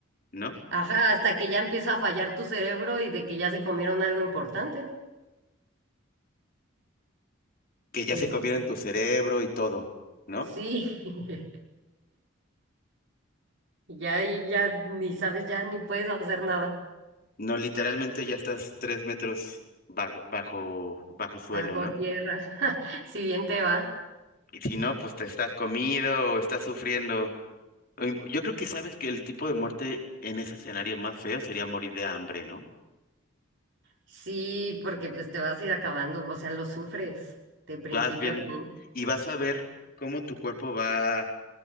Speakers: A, on the left; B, on the right.
A: ¿no?
B: Ajá, hasta que ya empieza a fallar tu cerebro y de que ya se comieron algo importante.
A: que ya
B: Pero
A: se comieron
B: pues,
A: tu cerebro y todo, ¿no?
B: sí, <laughs> ya, ya ni sabes, ya ni puedes hacer nada.
A: No, literalmente ya estás tres metros bajo, bajo, bajo suelo,
B: Bajo
A: ¿no?
B: tierra, <laughs> si bien te va.
A: Y si no, pues te estás comido o estás sufriendo. Em, Yo creo que sabes que el tipo de muerte en ese escenario más feo sería morir de hambre, ¿no?
B: Sí, porque pues te vas a ir acabando, o sea, lo sufres de principio
A: Vas bien
B: a fin.
A: y vas a ver cómo tu cuerpo va,